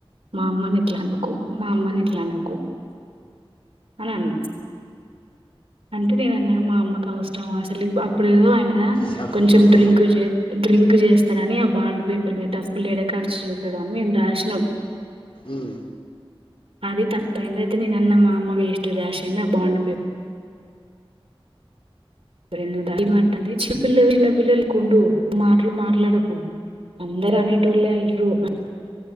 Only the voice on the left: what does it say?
సబ్
క్లియర్.
ఉమ్.